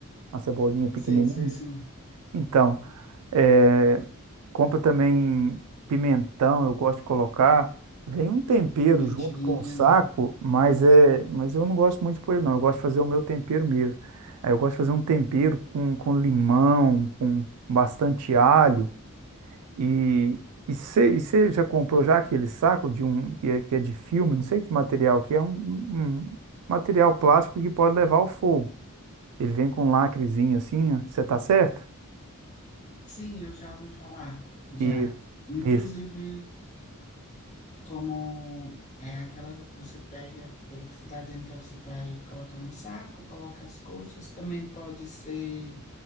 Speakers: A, on the right; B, on the left.
A: Uma cebolinha pequenininha.
B: Sei, sei sim.
A: Então, é, Compra também pimentão, eu gosto de colocar. Vem um tempero
B: Pimentinha,
A: junto com o saco,
B: né?
A: mas é, mas eu não gosto muito de pôr ele, não. Eu gosto de fazer o meu tempero mesmo. Aí eu gosto de fazer um tempero com, com limão, com bastante alho. E e você já comprou já aquele saco de um que é, que é de filme, não sei que material, que é um, um um material plástico que pode levar ao fogo. Ele vem com um lacrezinho assim, você tá certo?
B: Sim, eu já ouvi falar, já.
A: E
B: Inclusive,
A: isso.
B: como é aquela, você pega, pelo que você está dizendo, então você vai colocar no saco, coloca as coxas, também pode ser